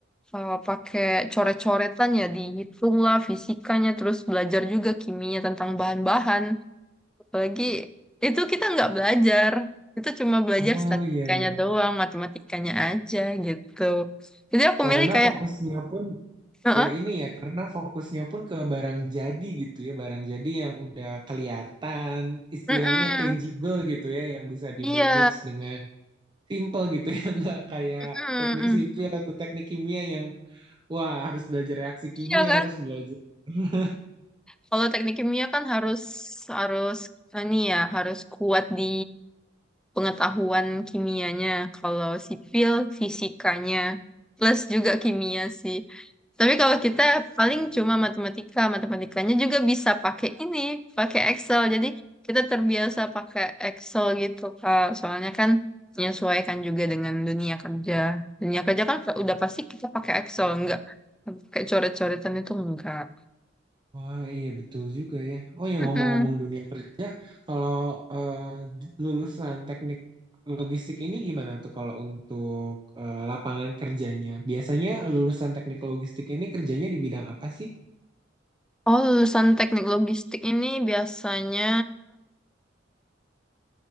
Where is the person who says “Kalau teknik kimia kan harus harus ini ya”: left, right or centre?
Centre